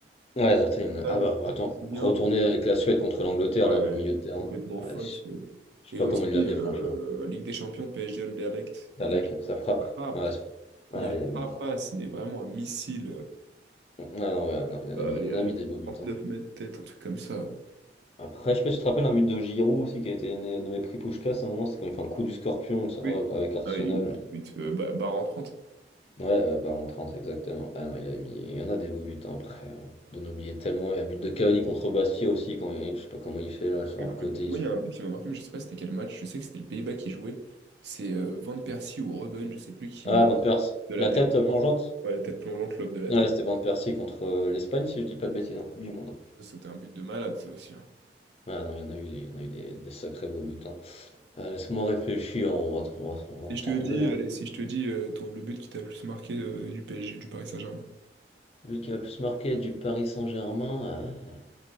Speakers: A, on the left (about 35°); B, on the right (about 75°).
A: Ouais, attends, il y en a-
B: Zlatan,
A: Ah bah
B: je
A: attends,
B: sais bien.
A: retourner avec la Suède contre l'Angleterre
B: Ouais,
A: là du milieu de terrain.
B: complètement
A: Ouais,
B: folle.
A: je
B: ce-
A: je
B: Et
A: sais pas
B: aussi,
A: comment il l'a mis,
B: euh,
A: franchement.
B: Ligue des Champions, PSG Anderlecht, il
A: Ah, like,
B: la
A: ça frappe.
B: frappe.
A: Ouais, ça- Ah,
B: Une
A: il a mis
B: frappasse,
A: une frappe.
B: mais vraiment un missile. euh,
A: ah non, ouais, non, il en
B: Euh,
A: a mis,
B: allez,
A: il en
B: allez,
A: a mis des beaux buts. hein.
B: neuf mètres tête, un truc comme ça.
A: Après, je sais pas si tu te rappelles un but de Giroud aussi qui a été né- nommé prix Puskás à un moment, c'est quand il fait un coup du scorpion ça,
B: Oui.
A: euh, avec Arsenal.
B: Ah, il est ouf, ce but. Euh, bah, barre en 30.
A: Ouais, ouais, bah en 30 exactement. Ah non, il a mis. Il y en a des beaux buts hein, après. hein. D'en oublier tellement. Il y a le but de Cavani contre Bastia aussi, quand il- je sais pas comment il fait là, sur
B: Ouais, complètement.
A: le côté.
B: Moi,
A: il fait-
B: il y a un but qui m'a marqué, mais je sais pas c'était quel match. Je sais que c'était le Pays-Bas qui jouait. C'est euh, Van Persie ou Robben, je sais plus, qui
A: Ah,
B: me
A: Van Persie.
B: de la
A: La
B: tête.
A: tête euh, plongeante?
B: Ouais, la tête plongeante, lobe de la
A: Ouais,
B: tête.
A: c'était Van Persie contre euh, l'Espagne, si je dis pas de bêtises, en Coupe du Monde. hein.
B: Ça, C'était un but de malade, ça aussi. hein.
A: Ah non, il y en a eu, des- il y en a eu des, des sacrés beaux buts. hein. Euh, laisse-moi réfléchir, on va, on va- on va en
B: Et je
A: trouver.
B: te dis,
A: hein.
B: allez, si je te dis euh, ton- le but qui t'a le plus marqué euh, du PSG, du Paris Saint-Germain.
A: Celui qui m'a le plus marqué du Paris Saint-Germain, ah,